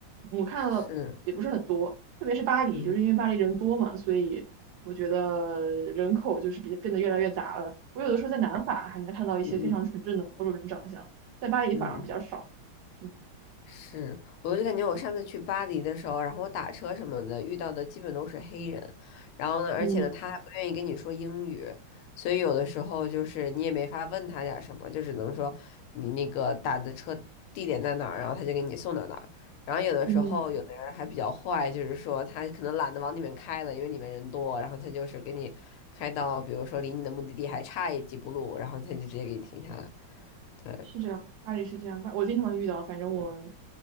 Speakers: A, on the right; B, on the left.
A: 我看到的也不是很多，
B: 是，
A: 特别是巴黎，
B: 嗯
A: 就是因为巴黎人多嘛，所以我觉得人口就是比变得越来越杂了。我有的时候在南法还能看到一些非常纯正的欧洲人长相，
B: 嗯嗯
A: 在巴黎反而比较少。
B: 嗯嗯。
A: 嗯
B: 是，我就感觉我上次去巴黎的时候，然后我打车什么的遇到的基本都是黑人，然后呢，而且呢，
A: 嗯。
B: 他还不愿意跟你说英语，所以有的时候就是你也没法问他点儿什么，就只能说你那个打的车地点在哪儿，然后他就给你送到哪儿。然后有的时候有的人还比较坏，
A: 嗯，
B: 就是说他可能懒得往里面开了，因为里面人多，然后他就是给你开到，比如说离你的目的地还差一几步路，然后他就直接给你停下来。对，
A: 是这样，巴黎是这样，巴我经常能遇到，反正我，